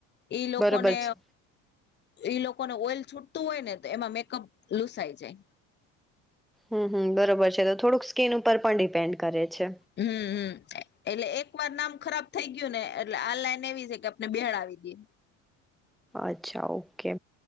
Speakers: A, on the left; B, in the centre.
A: ઈ લોકોને
B: બરોબર છે.
A: ઈ લોકોને ઓઇલ છૂટતું હોય ને તો એમાં મેકઅપ લુસાઈ જાય.
B: હમ હમ બરોબર છે તો થોડુંક સ્કીન ઉપર પણ ડિપેન્ડ કરે છે.
A: હમ હમ એટલે એક એકર નામ ખરાબ થઈ ગયું ને એટલે આ લાઈન એવી છે કે આપને બેણ આવી દઈએ.
B: અચ્છા ઓકે,